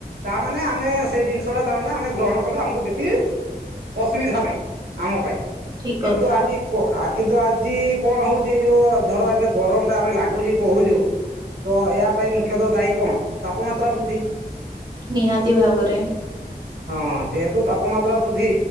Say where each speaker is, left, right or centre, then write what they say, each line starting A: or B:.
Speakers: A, on the right; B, on the right.
A: ତାମାନେ ଆମେ ସେ ଜିନିଷଟା ତାମାନେ ଆମେ ଗ୍ରହଣ କଲେ ଆମକୁ କିଛି ଅସୁବିଧା ନାହିଁ ଆମ ପାଇଁ
B: ଠିକ କଥା
A: କିନ୍ତୁ ଆଜି କ ଆ କିନ୍ତୁ ଆଜି କଣ ହଉଛି ଏଇ ଯୋଉ ଧର ଏବେ ଗରମ ଟା ଆମେ ଲାଗୁଚି କହୁଛୁ ତ ଏଆ ପାଇଁ ମୁଖ୍ୟତଃ ଦାୟୀ କଣ ତାପମାତ୍ରା ବୃଦ୍ଧି।
B: ନିହାତି ଭାବରେ।
A: ହଁ ଯେହେତୁ ତାପମାତ୍ରା ବୃଦ୍ଧି